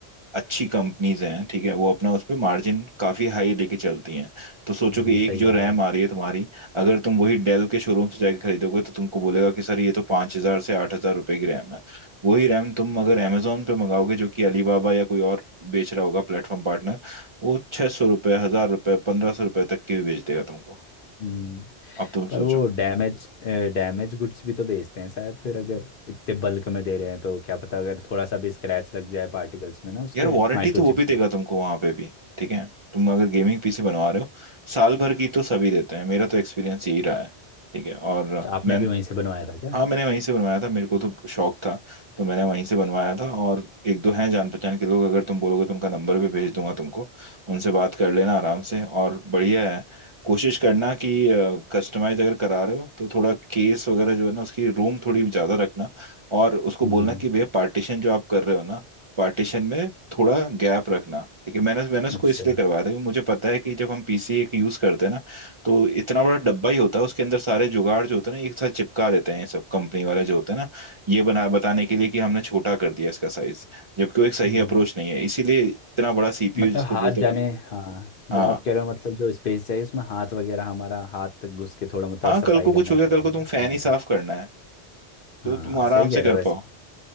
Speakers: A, on the right (about 40°); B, on the left (about 55°).
A: अच्छी कंपनीज हैं ठीक है वो अपना उस पे मार्जिन काफी हाई लेके चलती हैं तो सोचो
B: हम्म,
A: कि
B: सही
A: एक जो
B: कह
A: रैम
B: रहे हो
A: आ रही है तुम्हारी अगर तुम वही डेल के शोरूम से जाके खरीदोगे तो तुमको बोलेगा कि सर ये तो पाँच हजार से आठ हजार रुपए की रैम है वही रैम तुम अगर अमेजोन पे मंगाओगे जो कि अलीबाबा या कोई और बेच रहा होगा प्लेटफॉर्म पार्टनर वो छह सौ रुपये हजार रुपये पंद्रह सौ रुपये तक की भी बेच देगा तुमको
B: हम्म।
A: अब तुम
B: पर
A: सोचो
B: वो डैमेज डैमेज गुड्स भी तो बेचते हैं शायद फिर अगर इतने बल्क में दे रहे हैं तो क्या पता अगर थोड़ा सा भी स्क्रैच लग जाए पार्टिकल्स में ना उसके
A: यार वारंटी
B: माइक्रोचिप
A: तो वो भी देगा तुमको वहां पे भी ठीक है तुम अगर गेमिंग पीसी बनवा रहे हो साल भर की तो सभी देते हैं मेरा तो एक्सपीरियंस यही रहा है ठीक है और
B: तो आपने
A: मैंने
B: भी वहीं से बनवाया था क्या
A: हाँ मैंने वहीं से बनवाया था मेरे को तो शौक था तो मैंने वहीं से बनवाया था और एक दो हैं जान पहचान के लोग अगर तुम बोलोगे तो उनका नंबर भी भेज दूंगा तुमको उनसे बात कर लेना आराम से और बढ़िया है कोशिश करना कि कस्टमाइज अगर करा रहे हो तो थोड़ा केस वगैरह जो है ना उसकी रूम थोड़ी ज़्यादा रखना और उसको
B: हम्म
A: बोलना
B: हम्म,
A: कि भैया पार्टीशन जो आप कर रहे हो ना पार्टीशन में थोड़ा गैप रखना ठीक है मैंने मैंने उसको
B: अच्छा
A: इसलिए करवाया था क्योंकि मुझे पता है कि जब हम पीसी एक यूज़ करते हैं ना तो इतना बड़ा डब्बा ही होता है उसके अंदर सारे जुगाड़ जो होते हैं ना एक साथ चिपका देते हैं सब कंपनी वाला जो होता है ना ये बना बताने के लिए कि हमने छोटा कर दिया इसका साइज जबकि वो एक सही
B: हम्म
A: अप्रोच नहीं है इसीलिए इतना बड़ा सीपीयू
B: मतलब
A: जिसको
B: हाथ
A: बोलते हैं
B: जाने
A: बना
B: हाँ जो
A: हाँ
B: आप कह रहे हो मतलब जो स्पेस चाहिए उसमें हाथ वगैरह हमारा हाथ तक घुस के थोड़ा मतलब
A: हाँ
B: सफाई
A: कल को
B: करना
A: कुछ हो
B: चाहिए
A: गया कल को तुम
B: हम्म
A: फैन ही साफ करना है तो
B: हाँ
A: तुम आराम
B: सही कह
A: से कर
B: रहे हो वैसे
A: पाओ